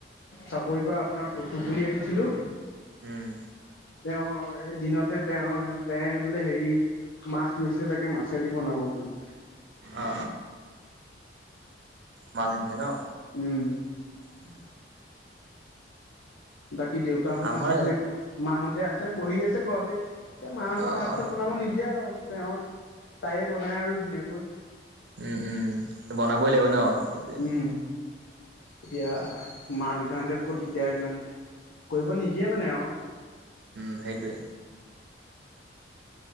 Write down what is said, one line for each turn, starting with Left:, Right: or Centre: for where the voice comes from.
Left: চাপৰিৰ পৰা আপোনাৰ কচু পুলি আনিছিলো
Right: হম
Left: তেওঁ এই দিনতে তেওঁ তে বোলে হেৰি মাছ লৈছে চাগে মাছেইদি বনাব বুলি
Right: অ অ মাছ আনিছে ন
Left: উম
Right: উম
Left: বাকী দেউতাহোন
Right: আমাৰ
Left: আছেতো একো মাহোঁতে আছে বহি আছে ঘৰতে এ মাহঁতে
Right: অ
Left: ভাত
Right: অ
Left: চাত বনাব নিদিয়ে আৰু তেওঁ তাইে বনায় আৰু ধুনীয়াকৈ
Right: উম উম বনাবই লাগিব ন সেইটোয়ে
Left: উম এতিয়া মা দেউতাহঁতে ক'ত তেতিয়া সিমান কৰিব নিদিয়ে মানে আওঁ
Right: উম সেইটোৱে